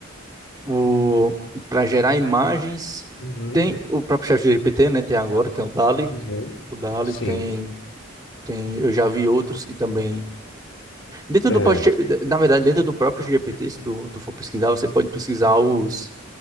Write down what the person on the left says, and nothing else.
Uhum.
Uhum.
Sim.
É,